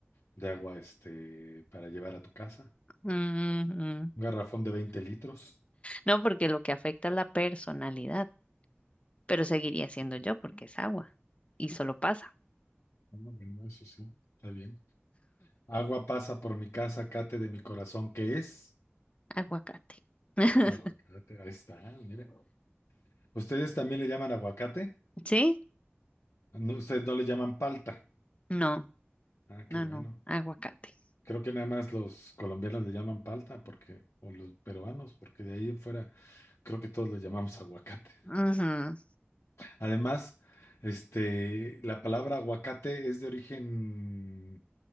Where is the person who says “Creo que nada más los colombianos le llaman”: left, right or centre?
Left